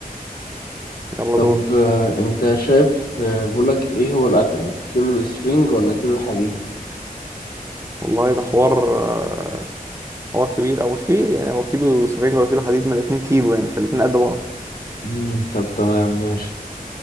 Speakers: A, on the right; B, on the left.
A: يلا
B: طب
A: دورك
B: آه، انت شايف آه، بقولك ايه هو الاتقل كيلو الاسفنج ولا كيلو الحديد
A: والله ده حوار آه، حوار كبير او مش كبير يعني هو كيلو سفنج ولا كيلو حديد من الاتنين كيلو يعني فالاتنين قد بعض
B: مم، طب تمام ماشي